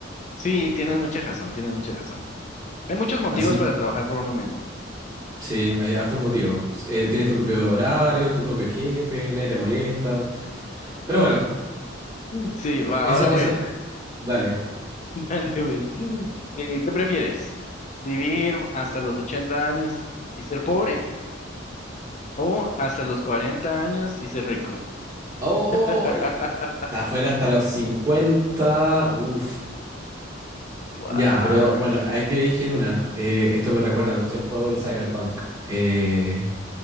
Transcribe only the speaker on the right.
Así
que
sí, hay hartos motivos. Eh, tienes tu propio horario, tu propio jefe, nadie te molesta. Pero bueno,
e- esa,
esa,
dale.
Oh,
y- está afuera hasta los cincuenta Uf.
Ya, pero bueno, hay que elegir una. Eh, esto me recuerda mucho al juego del Cyberpunk. Eh,